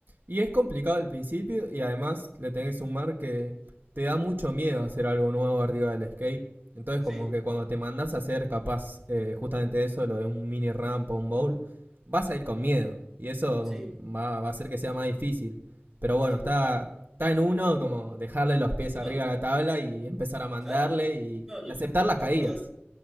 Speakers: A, on the right (about 60°); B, in the centre.
A: y es complicado al principio y además le tenés que sumar que te da mucho miedo hacer algo nuevo arriba del skate. Entonces
B: sí,
A: como que cuando te mandas a hacer capaz eh, justamente eso, lo de un mini ramp o un bowl, vas a ir con miedo. Y eso
B: sí,
A: va, va a hacer que sea más difícil. Pero bueno,
B: sí.
A: está, está en uno como dejarle los pies
B: No,
A: arriba a la tabla y empezar a mandarle
B: claro,
A: y,
B: no, yo
A: y aceptar
B: me
A: las caídas.
B: acuerdo,